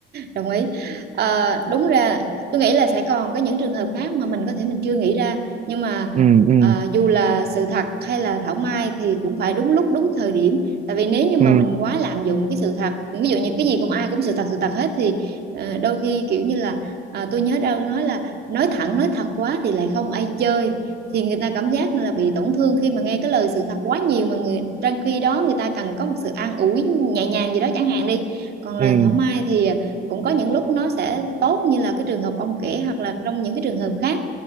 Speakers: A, on the right (about 60°); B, on the right (about 40°).
A: đồng ý Ờ, đúng ra tôi nghĩ là sẽ còn có những trường hợp khác mà mình có thể mình chưa nghĩ ra nhưng mà
B: ừ ừ
A: ờ, dù là sự thật hay là thảo mai thì cũng phải đúng lúc đúng thời điểm tại vì nếu như mà
B: ừ
A: mình quá lạm dụng cái sự thật ví dụ như cái gì cũng ai cũng sự thật sự thật hết thì ờ, đôi khi kiểu như là ờ, tôi nhớ đâu nói là nói thẳng nói thật quá thì lại không ai chơi thì người ta cảm giác là bị tổn thương khi mà nghe cái lời sự thật quá nhiều mà người trong khi đó người ta cần có một sự an ủi nhẹ nhàng gì đó chẳng hạn đi còn lời
B: ừ
A: thảo mai thì cũng có những lúc nó sẽ tốt như là cái trường hợp ông kể hoặc là trong những cái trường hợp khác